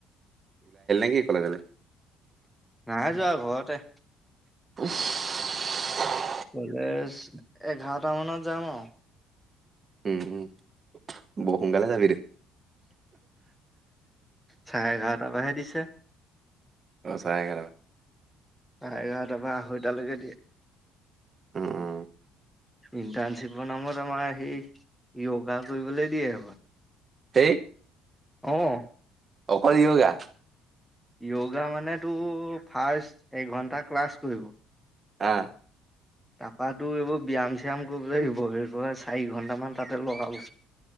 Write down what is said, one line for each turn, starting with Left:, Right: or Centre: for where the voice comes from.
Right: এই কলেজলে।
Centre: নাই যোৱা ঘৰতে।
Right: <unintelligible>
Centre: কলেজ এঘাৰটা মানত যাম আৰু।
Right: উম -উম বৰ সোনকালে ঝাপি দেখ
Centre: চাৰে এঘাৰটা পা হে দিছে।
Right: অহ, চাৰে এঘাৰটাপা।
Centre: চৰে এঘাৰতাৰ পা আঢ়ৈটা লৈকে দিয়ে।
Right: উম - উম
Centre: ইণ্টাৰ্ণশ্বিপৰ নামত আমাৰ সেই য়গা কৰিবলৈ দিয়ে আক
Right: সেই
Centre: অহ।
Right: অকল য়গা?
Centre: য়গা মানে তোৰ ফাৰ্ষ্ট এঘন্টা ক্লাছ কৰিব
Right: আহ
Centre: তাৰপা তোৰ এইবোৰ ব্যায়াম -চ্যায়াম কৰিবলৈ দিব চাৰি ঘন্টামান তাতে লগাব।